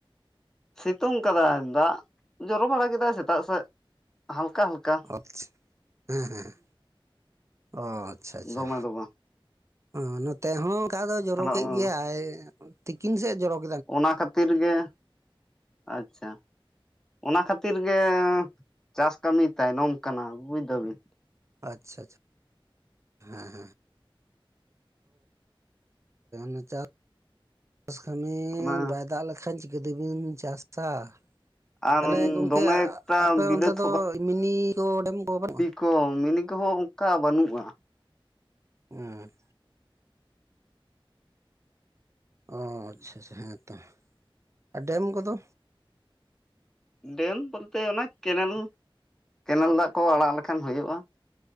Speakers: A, in the centre; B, on the right (about 30°).
A: ᱥᱤᱛᱩᱝ ᱠᱟᱫᱟᱭ ᱫᱟᱜ ᱡᱚᱨᱚ ᱵᱟᱲᱟ ᱠᱮᱫᱟᱭ ᱥᱮᱛᱟᱜ ᱥᱮᱫ ᱦᱟᱞᱠᱟ- ᱦᱟᱞᱠᱟ
B: ᱦᱮᱸ ᱦᱮᱸ ᱚ ᱟᱪᱷᱟ
A: ᱫᱚᱢᱮ
B: ᱟᱪᱷᱟ
A: ᱫᱚ ᱵᱟᱝ
B: ᱦᱮ ᱱᱚᱛᱮ ᱦᱚᱸ ᱚᱱᱠᱟ ᱫᱚ ᱡᱚᱨᱚᱠᱮᱫ
A: ᱛᱟᱦᱚᱞᱮ
B: ᱜᱮᱭᱟᱭ ᱛᱤᱠᱤᱱ ᱥᱮᱫ ᱡᱚᱨᱚᱠ
A: ᱚᱱᱟ ᱠᱷᱟᱹᱛᱤᱨ ᱜᱮ ᱟᱪᱷᱟ ᱚᱱᱟ ᱠᱷᱟᱹᱛᱤᱨ ᱜᱮ ᱪᱟᱥ ᱠᱟᱹᱢᱤ ᱛᱟᱭᱱᱚᱢ ᱠᱟᱱᱟ ᱵᱩᱡ ᱫᱟᱵᱮᱱ ᱾
B: ᱟᱪᱷᱟ ᱟᱪᱷᱟ ᱦᱮᱸ ᱦᱮᱸᱮᱸ ᱦ ᱦᱚᱭ ᱪᱟᱥ ᱪᱟᱥ ᱠᱟᱹᱢᱤ
A: ᱚᱱᱟ
B: ᱵᱟᱭ ᱫᱟᱜ ᱞᱮᱠᱷᱟᱱ ᱪᱤᱠᱟᱹ ᱛᱮᱵᱤᱱ ᱪᱟᱥᱼᱟ ᱾
A: ᱟᱨ
B: ᱛᱟᱦᱞᱮ ᱜᱚᱝᱠᱮ
A: ᱫᱚᱢᱮ ᱮᱠᱴᱟ
B: ᱟᱯᱮ
A: ᱵᱤᱞᱟᱹᱛ
B: ᱚᱱᱛᱮ ᱫᱚ ᱢᱤᱱᱤ ᱠᱚ ᱰᱮᱢ ᱠᱚ ᱵᱟᱹᱱᱩᱜᱼᱟ ᱾
A: ᱦᱚᱸᱢᱤᱱᱤ ᱠᱚᱦᱚᱸ ᱚᱱᱠᱟ ᱵᱟᱹᱱᱩᱜᱼᱟ ᱾
B: ᱦᱩᱸ ᱚᱻ ᱟᱪᱷᱟᱻᱟᱪᱷᱟ ᱦᱮᱸ ᱛᱚ ᱟᱨ ᱰᱮᱢ ᱠᱚᱫᱚᱻ
A: ᱰᱮᱢ ᱵᱚᱞᱛᱮ ᱚᱱᱟ ᱠᱮᱱᱮᱞ ᱠᱮᱱᱮᱞ ᱫᱟᱜ ᱠᱚ ᱟᱲᱟᱜ ᱞᱮᱠᱷᱟᱱ ᱦᱩᱭᱩᱜᱼᱟ ᱾